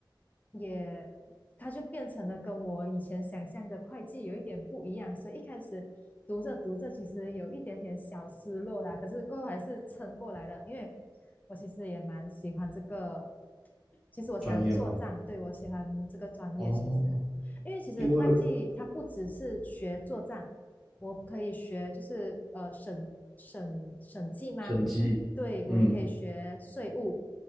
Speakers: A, on the left; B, in the centre.
A: 也，它就变成了跟我以前想象的会计有一点不一样，所以一开始读着读着，其实有一点点小失落啦，可是过后还是撑过来了，因为我其实也蛮喜欢这个，其实我喜欢做账，
B: 专业吗？
A: 对，我喜欢这个专业，
B: 哦，
A: 其实，因为其实会计它不只是学做账，
B: 因为
A: 我可以学就是呃审审审计吗？
B: 审计，
A: 对，
B: 嗯，
A: 我也可以学税务。